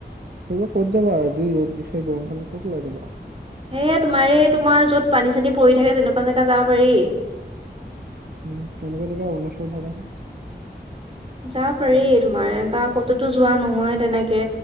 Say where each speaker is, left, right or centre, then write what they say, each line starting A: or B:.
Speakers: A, on the right; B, on the right.
A: এইবাৰ ক'ত যাবা আৰু। যি ৰ'দ দিছে, গৰম খনত ক'ত ওলাই যাবা।
B: সেয়া তোমাৰাৰে তোমাৰ যত পানী চানী পৰি থাকে তেনেকুৱা জেগাত যাব পাৰি
A: উম' তেনেকুৱা জেগা অৰুণাচল ফালেহে-
B: যাব পাৰি তোমাৰ এনেকুৱা ক'তো তো যোৱা নহয় তেনেকে